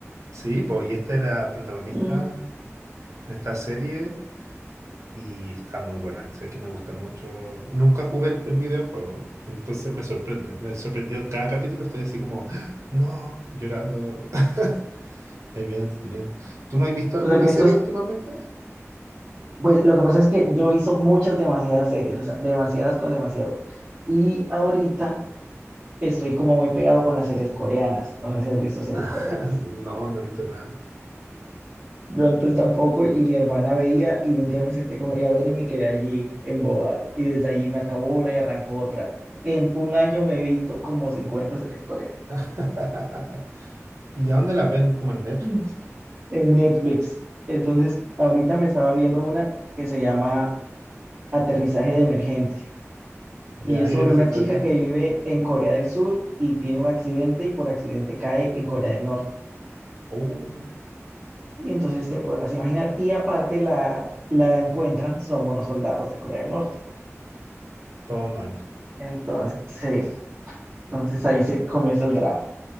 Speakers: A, on the right; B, on the right.
A: Sí, po, y este era protagonista
B: Mm,
A: en esta serie y está muy buena. Sé que me gusta mucho. Nunca jugué el, el videojuego, entonces me sorprende. Me sorprendió en cada capítulo, estoy así como, <gasps> ¡Ah! no, llorando. <laughs> Es bien entretenido. ¿Tú no has visto alguna
B: O sea que
A: serie
B: estos,
A: últimamente?
B: pues lo que pasa es que yo he visto muchas, demasiadas series, o sea, demasiadas con demasiado. Y ahorita estoy como muy pegado con las series coreanas. No sé si has visto series
A: <laughs>
B: coreanas.
A: No, no he visto nada.
B: Yo antes tampoco y mi hermana veía y un día me senté con ella a ver y me quedé allí embobado. Y desde allí me acabó una y arrancó otra. En un año me he visto como cincuenta series coreanas
A: <laughs> ¿Y a dónde la ven? Como en Netflix.
B: Mm. en Netflix. Entonces, ahorita me estaba viendo una que se llama Aterrizaje de Emergencia
A: Ya,
B: y es
A: ¿y
B: sobre
A: de qué
B: una
A: se trata?
B: chica que vive en Corea del Sur y tiene un accidente y por accidente cae en Corea del Norte.
A: Uh,
B: Y entonces te podrás imaginar. Y aparte la, la encuentran, son unos soldados de Corea del Norte.
A: todo mal.
B: Entonces, sí, Entonces ahí se comienza el drama.